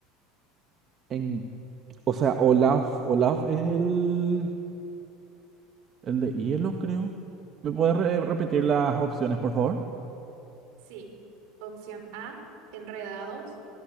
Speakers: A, on the right; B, on the right.
A: En, o sea, Olaf, Olaf es el... El de hielo, creo. ¿Me puedes re- repetir las opciones, por favor?
B: Sí, opción A, Enredados,